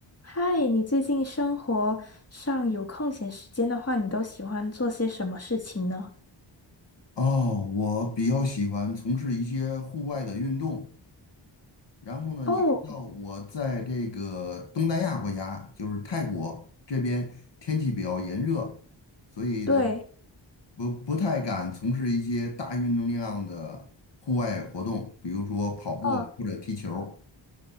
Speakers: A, on the left; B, on the left.
A: 嗨，你最近生活上有空闲时间的话，你都喜欢做些什么事情呢？
B: 哦，我比较喜欢从事一些户外的运动。然后呢，
A: 哦，
B: 你知道我在这个东南亚国家，就是泰国这边天气比较炎热，所以呢，
A: 对，
B: 不不太敢从事一些大运动量的户外活动，比如说跑步啊或者踢球
A: 嗯，